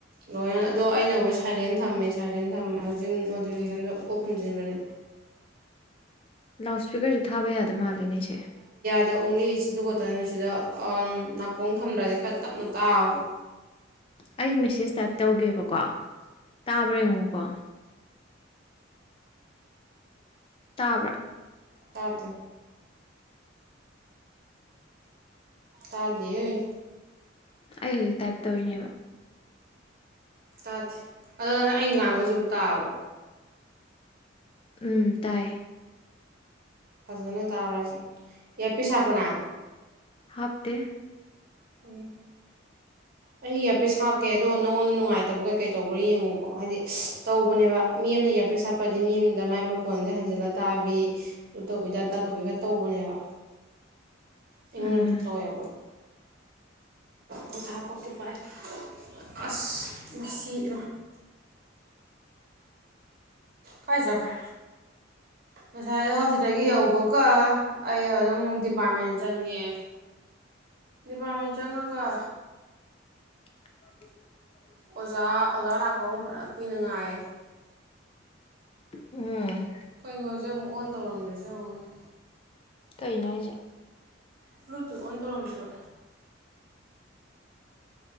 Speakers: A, on the right (about 50°); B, on the left (about 30°).
A: ꯂꯣꯏ ꯑꯗꯣ ꯑꯩꯅꯕꯨ ꯁꯥꯏꯂꯦꯟ ꯊꯝꯃꯦ ꯁꯥꯏꯂꯦꯟ ꯊꯝꯃꯦ ꯍꯧ ꯖꯤꯝꯒꯤ ꯅꯣꯇꯤꯐꯤꯀꯦꯁꯟꯁꯨ ꯑꯣꯄ ꯊꯝꯁꯤꯟꯕꯅꯦ
B: ꯂꯥꯎꯠ ꯁꯄꯤꯀꯔꯁꯨ ꯊꯥꯕ ꯌꯥꯗ ꯗ ꯃꯥꯟ ꯗꯩ ꯅꯤꯁꯦ
A: ꯑꯗꯩ ꯑꯣꯡꯂꯤ ꯁꯤꯗꯨ ꯈꯠꯇꯅꯤꯅ ꯁꯤꯗ ꯅꯥꯀꯣꯡ ꯊꯝꯗ꯭ꯔꯗꯤ ꯈꯔ ꯇꯞꯅ ꯇꯥꯕꯅꯦ
B: ꯑꯩ ꯃꯦꯁꯦꯁ ꯇꯥꯏꯞ ꯇꯧꯒꯦꯕꯀꯣ ꯇꯥꯕ꯭ꯔꯌꯦꯉꯣꯀꯣ ꯇꯥꯕ꯭ꯔꯥ
A: ꯇꯥꯗꯦ ꯇꯥꯗꯤꯌꯦ
B: ꯑꯩ ꯍꯧꯖꯤꯛ ꯇꯥꯏꯞ ꯇꯧꯔꯤꯅꯦꯕ
A: ꯇꯥꯗꯦ ꯑꯗꯨ ꯅꯪ ꯑꯩꯅ ꯉꯥꯡꯕꯁꯤꯕꯨ ꯇꯥꯕ꯭ꯔꯣ
B: ꯎꯝ ꯇꯥꯏ
A: ꯐꯖꯅ ꯇꯥꯕꯔ ꯍꯥꯏꯁꯦ ꯏꯔꯄꯤꯁ ꯍꯥꯞꯄꯔꯣ ꯅꯪ
B: ꯍꯥꯞꯇꯦ
A: ꯎꯝ ꯑꯩ ꯏꯌꯔꯄꯤꯁ ꯍꯥꯞꯀꯦ ꯑꯗꯨꯒ ꯅꯉꯣꯟꯗ ꯅꯨꯡꯉꯥꯏꯇꯕ ꯀꯩꯀꯩ ꯇꯧꯕ꯭ꯔꯥ ꯌꯦꯡꯉꯨꯀꯣ ꯍꯥꯏꯗꯤ ꯇꯧꯕꯅꯦꯕ ꯃꯤ ꯑꯃꯅ ꯏꯌꯥꯔꯄꯤꯁ ꯍꯥꯞꯄꯗꯤ ꯃꯤ ꯑꯃꯗ ꯃꯥꯏ ꯃꯈꯣꯟꯁꯦ ꯍꯟꯖꯤꯜꯂ ꯇꯥꯕꯤ ꯑꯗꯨ ꯇꯩꯕꯤ ꯑꯗꯥ ꯇꯧꯕꯤ ꯈ ꯇꯧꯕꯅꯦꯕ ꯑꯩꯉꯣꯟꯗ
B: ꯎꯝ
A: ꯈꯔ ꯇꯧꯋꯦꯕ ꯑꯝꯇ ꯍꯥꯞꯄꯀꯦ ꯄꯥꯏꯑꯣ ꯑꯁ ꯃꯁꯤ ꯏꯃꯥ ꯀꯥꯏ ꯆꯠꯈ꯭ꯔꯦ ꯉꯁꯥꯏꯗꯣ ꯁꯤꯗꯒꯤ ꯌꯧꯕꯒ ꯑꯩ ꯑꯗꯨꯝ ꯗꯤꯄꯥꯔꯠꯃꯦꯟ ꯆꯪꯉꯦ ꯗꯤꯄꯥꯔꯠꯃꯦꯟ ꯆꯪꯉꯒ
B: <inaudible>
A: ꯑꯣꯖꯥ ꯑꯣꯖꯥ ꯂꯥꯛꯄꯃꯨꯛ ꯐꯖ ꯀꯨꯏꯅꯉꯥꯏ
B: ꯎꯝ
A: ꯀꯩꯅꯣꯁꯦ ꯑꯃꯨꯛ ꯑꯣꯟ ꯇꯧꯔꯝꯗꯔꯤꯁꯦ ꯌꯡꯎꯅꯦ
B: ꯀꯩꯅꯣ ꯍꯥꯏꯖꯦ
A: ꯕ꯭ꯂꯨꯇꯨꯠ ꯑꯣꯟ ꯇꯧꯔꯝꯗ꯭ꯔꯤꯕ